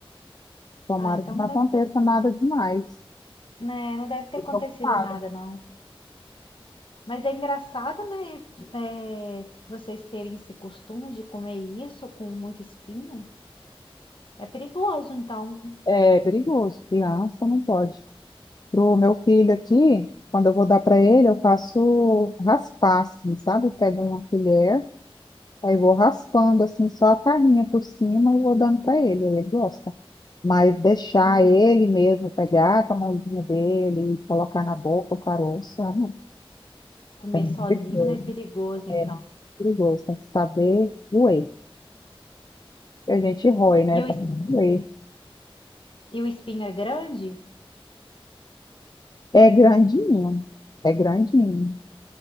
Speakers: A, on the left (about 45°); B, on the left (about 60°).
A: Tomara
B: Ah, então
A: que não
B: não
A: aconteça
B: deve ter,
A: nada demais.
B: né, não deve
A: Fiquei
B: ter acontecido
A: preocupada.
B: nada, não. Mas é engraçado, né? é, vocês terem esse costume de comer isso com muito espinho. É perigoso, então.
A: É perigoso, criança não pode. Pro meu filho aqui, quando eu vou dar para ele, eu faço raspar, assim, sabe? Eu pego uma colher, aí vou raspando, assim, só a carninha por cima e vou dando para ele, aí ele gosta. Mas deixar
B: Hum,
A: ele mesmo pegar com a mãozinha dele e colocar na boca o caroço, ah, não.
B: Comer
A: é muito
B: sozinho,
A: perigoso.
B: né? É perigoso, então.
A: É muito perigoso, tem que saber roer. A gente rói, né?
B: E
A: Pra
B: o, es-
A: não roer.
B: e o espinho é grande?
A: É grandinho, é grandinho.